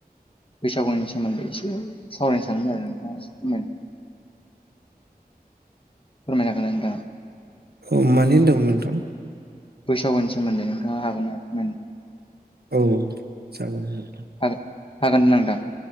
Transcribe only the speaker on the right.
औ मानि होनदोंंमोन नोंथां
औ जागोन